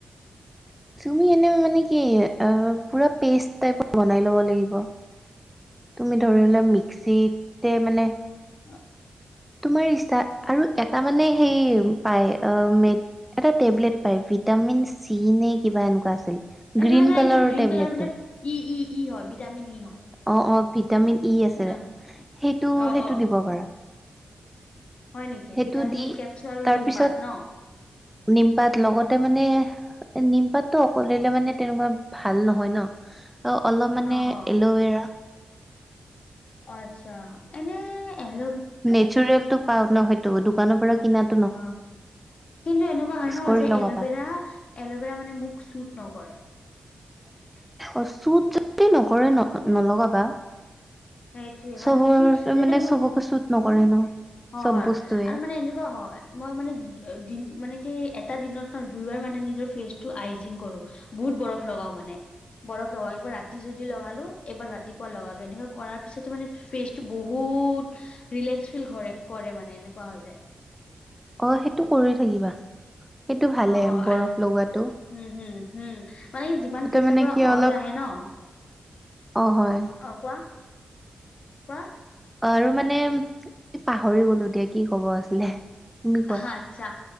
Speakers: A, in the centre; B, on the left.
A: তুমি এনে মানে কি পুৰা পেষ্ট টাইপৰ বনাই ল'ব লাগিব। তুমি ধৰি লোৱা মিক্সিতে মানে
B: অ
A: তোমাৰ ইচ্ছা আৰু এটা মানে সেই পায় অ মেত এটা টেবলেট পায় ভিটামিন চি নে কিবা এনেকুৱা আছিল।
B: এ
A: গ্ৰীণ
B: নাই নাই
A: কালাৰৰ
B: এইটো গ্ৰীণ
A: টেবলেটটো
B: কালাৰ মানে ই ই ই হয় ভিটামিন ই হয়।
A: অ অ ভিটামিন ই
B: উম,
A: আছিলে
B: আহ,
A: সেইটো
B: অ',
A: সেইটো
B: অ'।
A: দিব পাৰা।
B: হয় নেকি
A: সেইটো
B: ভিটামিন
A: দি
B: ই কেপচুল আৰু
A: তাৰপিছত
B: নিমপাত ন।
A: নিমপাত লগতে মানে নিমপাতটো অকল দিলে মানে তেনেকোৱা ভাল নহয় ন অ অলপ মানে
B: অ', হ।
A: এল'ভেৰা
B: অ আতছা এনে এল
A: নেচৰেলটো পাও নহয়তো দোকানৰ পৰা কিনাত
B: অ কিন্তু এনেকোৱা হয় ন
A: কৰি
B: যে
A: লগাবা
B: এলভেৰা এলভেৰা মানে মোক চুত নকৰে
A: অ চুত যদি নকৰে ন নলগাবা
B: সেইটোৱে মানে
A: চবৰ
B: কি যেতিয়া
A: মানে
B: মোৰ
A: চবকে চুট নকৰে ন
B: হয়
A: চব
B: হয়
A: বস্তুৱে
B: আৰু মানে এনেকোৱা হয় মই মানে দিন মানে কি এটা দিনত ন দুইবাৰ মানে নিজৰ ফেচটো আইজিং কৰো বহুত বৰফ লগাও মানে বৰফ লগাও একবাৰ ৰাতি যদি লগালো এবাৰ ৰাতিপুৱা লগালো এনেকোৱা কৰাৰ পিছতো মানে ফেচটো বহুত ৰিলেক্স ফিল কৰে কৰে মানে এনেকোৱা হলে
A: অ সেইটো কৰি থাকিবা সেইটো ভালে
B: অ হয়
A: বৰফ
B: আইজিং
A: লগোৱাতো
B: উম হুম হুম মানে কি যিমান ফেচৰ
A: মানে
B: পৰা
A: কি অলপ
B: অইল আহে ন
A: অ হয়
B: অ কোৱা কোৱা
A: অ আৰু মানে পাহৰি গলো দিয়া কি কব আছিলে তুমি কোৱা
B: আহা ইচ্ছা